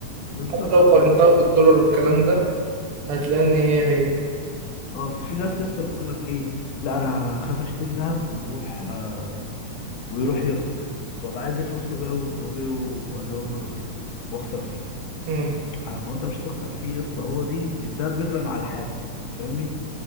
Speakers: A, on the left (about 90°); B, on the right (about 70°).
A: بالظبط
B: حتى لو قارنتها
A: اه
B: بالدولار والكلام ده هتلاقي ان هي هي
A: اه اصل في ناس يا اسطى بتقول لك ايه لا انا خاف اشتري ذهب ويروح آه ويروح يرخص وابقى عايز الفلوس وابيعه وابيعه وابيعه برخيص واخسر فيه
B: امم
A: آه، هو انت مش هتخسر فيه يا اسطى هو دي دي الدهب بيغلى مع الحاجه فاهمني